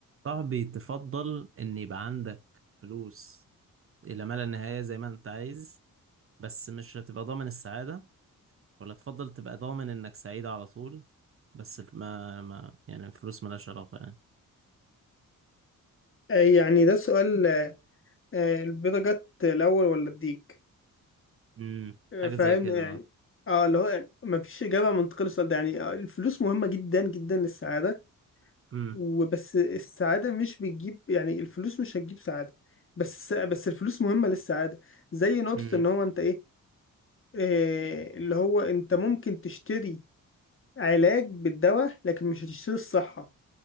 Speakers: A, on the right; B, on the left.
A: صاحبي تفضل ان يبقى عندك فلوس الى ما لا نهاية زي ما انت عايز بس مش هتبقى ضامن السعادة ولا تفضل تبقى ضامن انك سعيد على طول بس الف- ما ما يعني الفلوس ملهاش علاقة يعني
B: آه، يعني ده السؤال آه، آه، البيضة جت الأول ولا الديك
A: امم
B: آه،
A: حاجة
B: فاهم
A: زي كده
B: يعني اه اللي هو ما فيش إجابة منطقية للسؤال ده يعني آه، الفلوس مهمة جدا جدا للسعادة
A: امم
B: وبس السعادة مش بتجيب يعني الفلوس مش هتجيب سعادة بس بس الفلوس مهمة للسعادة زي نقطة
A: امم
B: إن هو أنت إيه آه، اللي هو أنت ممكن تشتري علاج بالدواء لكن مش هتشتري الصحة